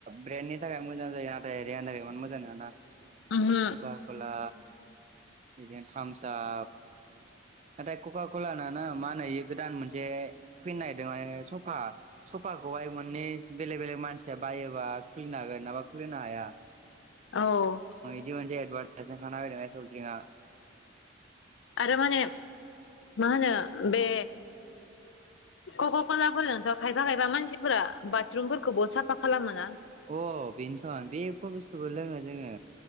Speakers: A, on the right (about 35°); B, on the left (about 70°).
A: ब्रेन्डनि थाखाय मोजां जायो नाथाय देहानि थाखाय इमान मोजां नङाना।
B: ओहो
A: कखा खला बिदिनो थामसआप। नाथाय कका कलाना ना मा होनोयो गोदान मोनसे फैनो नागिरदों माने सफा। सफाखौहाय मोननै बेलेग बेलेग मानसिया बायोबा खुलिनो हागोन नाबा खुलिनो हाया।
B: औ।
A: बिदि मोनसे एडभारटाइजमेन खानाहोदों सौज्रिङा।
B: आरो माने मा होनो बे। कक' कलाफोरजोंथ' खायफा खायफा मानसिफोरा बादरुमफोरखौबो साफा खालामोना।
A: अ बेनोथ' बेखौ बुस्थुखौ लोङो जोङो।